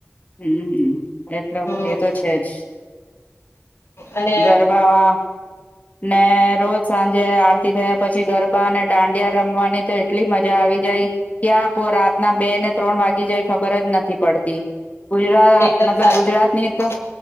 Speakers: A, on the left (about 35°); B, on the left (about 65°).
A: હમ એટલે
B: હમ
A: એતો છે જ
B: અને
A: ગરબામાં ને રોજ સાંજે આરતી થયા પછી ગરબા અને દાંડિયા રમવાની તો એટલી મજા આવી જાય ક્યાં પો રાતના બે ને ત્રણ વાગી જાય ખબર જ નથી પડતી. ગુજરાત
B: એકદમ
A: મતલબ
B: સાચું
A: ગુજરાત
B: કીધું.
A: ની તો